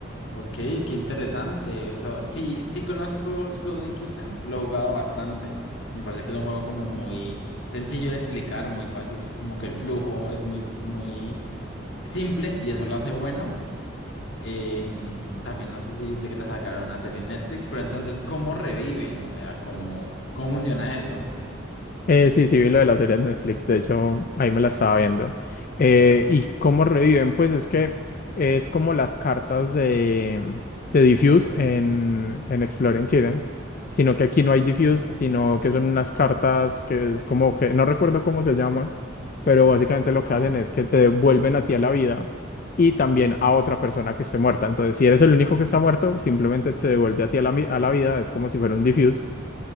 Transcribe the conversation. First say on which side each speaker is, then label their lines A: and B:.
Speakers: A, on the left; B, on the left.
A: Ok, qué interesante. O sea, sí, sí conozco Exploding Kittens, lo he jugado bastante. Me parece que es un juego como muy sencillo de explicar, muy fácil, como que el flujo es muy, muy simple y eso lo hace bueno. Em, también no sé si viste que le sacaron una serie en Netflix, pero entonces, ¿cómo reviven? O sea, ¿cómo, cómo funciona eso?
B: Eh, sí, sí, vi lo de la serie de Netflix, de hecho, ahí me la estaba viendo. Eh, ¿y cómo reviven? Pues es que es como las cartas de, de Diffuse en, en Exploring Kittens, sino que aquí no hay Diffuse, sino que son unas cartas que es como que, no recuerdo cómo se llaman, pero básicamente lo que hacen es que te vuelven a ti a la vida y también a otra persona que esté muerta. Entonces, si eres el único que está muerto, simplemente te devuelve a ti a la, mi- a la vida, es como si fuera un Diffuse.